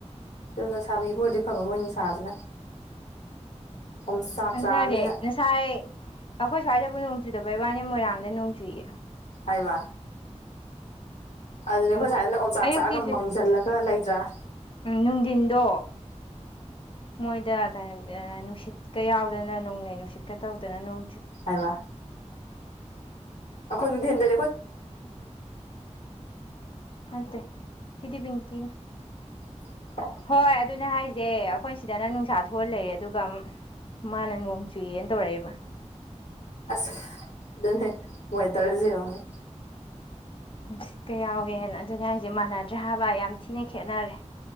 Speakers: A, on the left; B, on the left.
A: ꯆꯨꯝꯅ ꯁꯥꯕꯤꯕ ꯑꯣꯏꯔꯗꯤ ꯐꯕ ꯃꯣꯏ ꯅꯨꯡꯁꯥꯁꯤꯅ ꯑꯣꯝꯆꯥꯛ
B: ꯑꯗꯨꯅꯁꯦꯁꯥ
A: ꯆꯥꯕꯅꯤꯅ
B: ꯑꯩꯈꯣꯏ ꯁ꯭ꯋꯥꯏꯗꯕꯨ ꯅꯣꯡ ꯆꯨꯗꯕꯩ ꯋꯥꯅꯤ ꯃꯣꯏꯔꯥꯡꯗ ꯅꯣꯡ ꯆꯨꯏꯌꯦ
A: ꯍꯥꯏꯃ ꯑꯗꯨꯅꯦ
B: ꯆꯨꯗꯦ
A: ꯑꯩꯈꯣꯏ ꯁ꯭ꯋꯥꯏꯗ ꯅ ꯌꯣꯡꯆꯥꯛ
B: ꯑꯌꯨꯛꯇꯤ
A: ꯆꯥꯛꯒ
B: ꯆꯨꯏ
A: ꯃꯥꯡꯁꯤꯜꯂꯒ ꯂꯩꯇ꯭ꯔꯥ ꯑ
B: ꯎꯝ ꯅꯨꯡꯊꯤꯟꯗꯣ ꯃꯣꯏꯗ ꯀꯩꯅꯣ ꯅꯨꯡꯁꯤꯠꯀ ꯌꯥꯎꯗꯅ ꯅꯣꯡꯂꯩ ꯅꯨꯡꯁꯤꯠꯀ ꯇꯧꯗꯅ ꯎ
A: ꯍꯥꯏꯕ ꯑꯩꯈꯣꯏꯗꯤꯦꯟꯗ
B: ꯍꯇ ꯀꯗꯤꯕꯤꯡ ꯀ
A: <unintelligible>
B: ꯍꯣꯏ ꯑꯗꯨꯅ ꯍꯥꯏꯁꯦ ꯑꯩꯈꯣꯏ ꯁꯤꯗꯅ ꯅꯨꯡꯁꯥ ꯊꯣꯛꯍꯜ ꯂꯩꯔꯦ ꯑꯗꯨꯒ ꯃꯥꯅ ꯅꯣꯡ ꯆꯨꯏꯦꯅ ꯇꯧꯔꯛꯑꯦꯕ
A: ꯑꯁ ꯑꯗꯨꯅꯦ ꯃꯣꯏꯗꯔꯁꯤꯎꯅꯦ
B: ꯁꯤꯠꯀ ꯌꯥꯎꯋꯦꯅ ꯑꯗꯨꯅꯦ ꯍꯥꯏꯁꯦ ꯃꯥꯟꯅꯗ꯭ꯔꯦ ꯍꯥꯏꯕ ꯌꯥꯝ ꯊꯤꯅ ꯈꯦꯅꯔꯦ